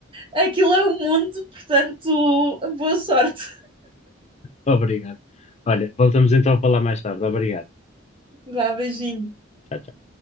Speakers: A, on the right (about 25°); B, on the left (about 35°).
A: Aquilo é o mundo, portanto, boa sorte.
B: Obrigado. Olha, voltamos então a falar mais tarde. Obrigado.
A: Vá, beijinho.
B: Tchau,